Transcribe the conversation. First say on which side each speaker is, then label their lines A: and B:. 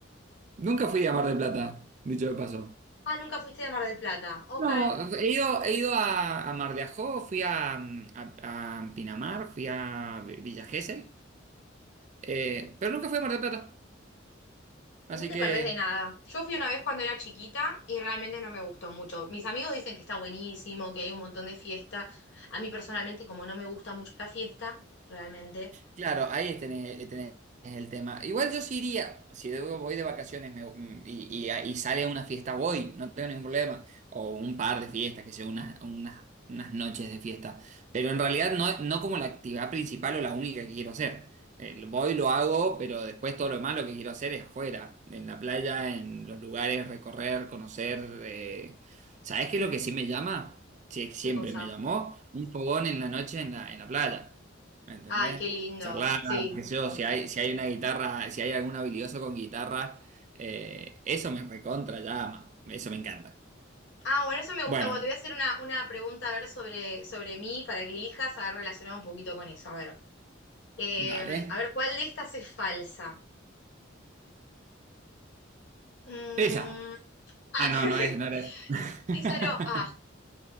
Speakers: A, on the right; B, on the left.
A: Nunca fui a Mar del Plata, dicho de paso.
B: ah, nunca fuiste de Mar del Plata. Ok.
A: No, he ido, he ido a, a Mar de Ajó, fui a, mm, a- a Pinamar, fui a Vi- Villa Gesell, eh, pero nunca fui a Mar del Plata. Así
B: No te
A: que
B: perdés de nada. Yo fui una vez cuando era chiquita y realmente no me gustó mucho. Mis amigos dicen que está buenísimo, que hay un montón de fiesta. A mí personalmente, como no me gusta mucho la fiesta, realmente,
A: Claro, ahí tenés, tenés el tema. Igual yo sí iría, si debo- voy de vacaciones me- mm, y, y- y sale una fiesta, voy, no tengo ningún problema. O un par de fiestas, que sea unas, unas, unas noches de fiesta. Pero en realidad no, no como la actividad principal o la única que quiero hacer. Eh, voy, lo hago, pero después todo lo demás lo que quiero hacer es afuera, en la playa, en los lugares, recorrer, conocer. eh. ¿Sabés qué es lo que sí me llama? Sí, siempre
B: qué cosa.
A: me llamó un fogón en la noche en la, en la playa. ¿Me entendés?
B: Ay, qué lindo.
A: charlar,
B: Sí.
A: qué sé yo, si hay, si hay una guitarra, si hay algún habilidoso con guitarra, eh, eso me recontra llama, eso me encanta.
B: Ah, bueno, eso me gusta.
A: Bueno,
B: Bueno, te voy a hacer una, una pregunta a ver sobre, sobre mí para que elijas a ver relacionado un poquito con eso. A ver. Eh,
A: dale.
B: a ver, ¿cuál de estas es falsa? Mm,
A: Esa.
B: <laughs> ah,
A: Ah, no,
B: <laughs>
A: no es, no era esa. <laughs>
B: esa no. Ah,